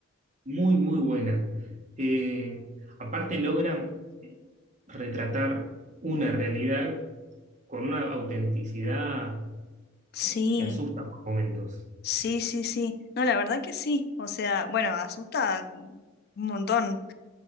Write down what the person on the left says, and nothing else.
Sí,
sí, sí, sí. No, la verdad que sí. O sea, bueno, asusta un montón.